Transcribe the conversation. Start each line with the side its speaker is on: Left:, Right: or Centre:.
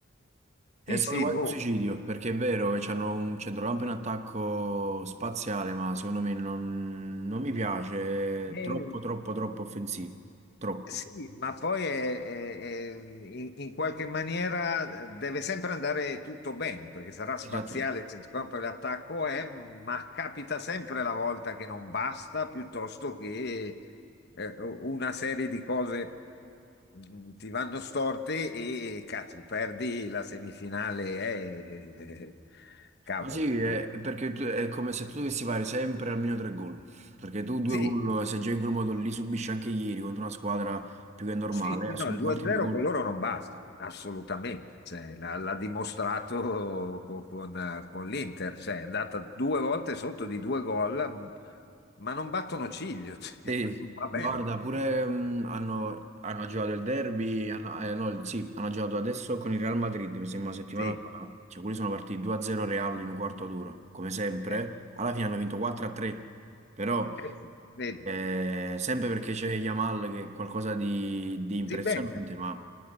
Right: è
Left: sì,
Right: stato
Left: sì,
Right: quasi
Left: boh.
Right: un suicidio, perché è vero che c'hanno un centrocampo in attacco spaziale, ma secondo me non, non mi piace,
Left: Eh,
Right: è troppo, troppo, troppo offensivo, troppo.
Left: Sì, ma poi è- è- è- in, in qualche maniera eh, deve sempre andare tutto bene, perché sarà spaziale
Right: Esattamente.
Left: il centrocampo e l'attacco è, ma capita sempre la volta che non basta, piuttosto che eh, una serie di cose mm, ti vanno storte e cazzo, perdi la semifinale, eh, <laughs> cavolo.
Right: Ma sì, è,
Left: Eh,
Right: è perché tu- è come se tu dovessi fare sempre almeno tre gol, perché tu due
Left: Sì.
Right: gol, se giochi in quel modo li subisci anche ieri contro una squadra più che normale,
Left: Sì, sì,
Right: ha
Left: no,
Right: subito
Left: il 2-0
Right: altri due gol.
Left: con loro non basta, assolutamente. Cioè, l'ha l'ha dimostrato co- con, con l'Inter, cioè, è andata due volte sotto di due gol, m- ma non battono ciglio. <laughs> cioè,
Right: Sì,
Left: va
Right: guarda,
Left: bene,
Right: pure
Left: sì,
Right: mh, hanno, hanno giocato il derby, hanno, eh, no, il- sì, hanno giocato adesso con il Real Madrid, mi sembra una settimana
Left: sì,
Right: fa, cioè quelli sono partiti 2-0 Real in un quarto d'ora, come sempre,
Left: eh,
Right: alla fine hanno vinto 4-3, però
Left: eh sì, vedi,
Right: eh, sempre perché c'è Yamal che è qualcosa di, di impressionante,
Left: si inventa,
Right: ma...